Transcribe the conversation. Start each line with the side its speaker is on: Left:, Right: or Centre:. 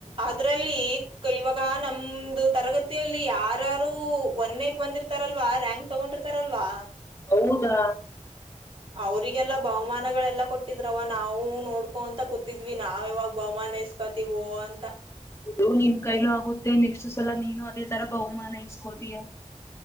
Right: ಅದ್ರಲ್ಲಿ ಗ್ ಇವಾಗ್ ಈಗ ನಮ್ದು ತರಗತಿಯಲ್ಲಿ ಯಾರಾರು ಒನ್ನೇ ಬಂದಿರ್ ಇರ್ತಾರಲ್ವಾ ರ್ಯಾಂಕ್ ತೊಗೊಂಡಿರ್ತಾರಲ್ವಾ.
Left: ಹೌದಾ
Right: ಅವ್ರಿಗೆಲ್ಲಾ ಬಹುಮಾನಗಳೆಲ್ಲಾ ಕೊಟ್ಟಿದ್ರವ್ವ ನಾವು ನೋಡ್ಕೊಂತ ಕೂತಿದ್ವಿ ನಾವ್ ಯಾವಾಗ್ ಬಹುಮಾನ ಇಸ್ಕೋತಿವೋ ಅಂತ.
Left: ಇದು ನಿನ್ ಕೈಲು ಆಗುತ್ತೆ ನೆಕ್ಸ್ಟ್ ಸಲ ನೀನು ಅದೇ ತರ ಬಹುಮಾನ ಇಸ್ಕೊತೀಯ